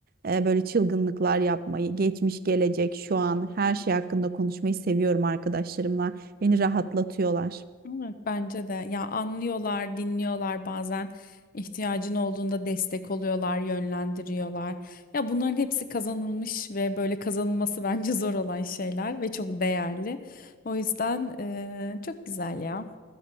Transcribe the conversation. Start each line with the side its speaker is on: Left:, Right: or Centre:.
Right: e, böyle çılgınlıklar yapmayı geçmiş gelecek şu an her şey hakkında konuşmayı seviyorum arkadaşlarımla beni rahatlatıyorlar.
Left: Evet bence de. Ya anlıyorlar, dinliyorlar bazen. ihtiyacın olduğunda destek oluyorlar, yönlendiriyorlar. Ya bunların hepsi kazanılmış ve böyle kazanılması <laughs> bence zor olan şeyler ve çok değerli. O yüzden eee, çok güzel ya.